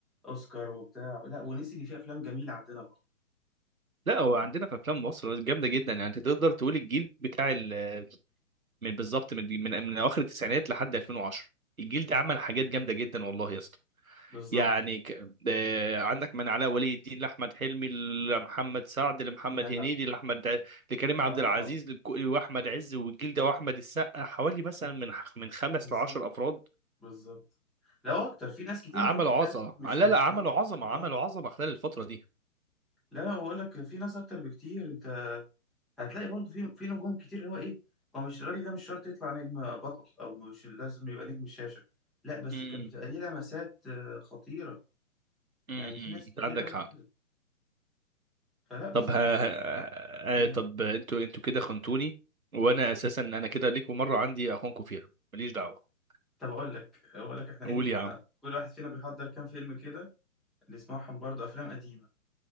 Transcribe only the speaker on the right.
لا هو عندنا في افلام مصر جامده جدا يعني انت تقدر تقول الجيل بتاع ال... من بالظبط من من من اواخر التسعينات لحد 2010 الجيل ده عمل حاجات جامده جدا والله يا اسطى
يعني ك... آه، عندك من علاء ولي الدين لاحمد حلمي لمحمد سعد لمحمد
هنيدي لاحمد ع- لكريم عبد
العزيز لك- واحمد عز والجلده واحمد السقا حوالي مثلا من خ- من خمس
لعشر افراد
عملوا
عظمه
لا
لا عملوا
عظمه
عملوا عظمه خلال الفتره دي
امم
امم
انت
عندك
حق
طب ها
ها-
آه، طب انتوا انتوا كده خنتوني وانا اساسا انا كده ليكوا مره عندي اخونكوا فيها ماليش دعوه
قول
يا
عم